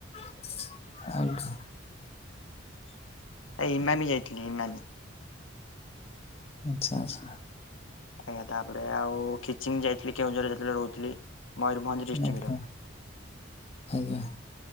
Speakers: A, on the left; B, on the left.
A: <inaudible>
B: ଏ ଇମାମି ଯାଇଥିଲି ଇମାମି।
A: ଆଚ୍ଛା ଆଚ୍ଛା।
B: ଆଜ୍ଞା ତାପରେ ଆଉ ଖିଚିଙ୍ଗ ଯାଇଥିଲି କେଉଁଝରରେ ଯେତେବେଳେ ରହୁଥିଲି। ମୟୂରଭଞ୍ଜ ଡିଷ୍ଟ୍ରିକ୍ଟ
A: ଆଜ୍ଞା
B: ର
A: ଆଜ୍ଞା।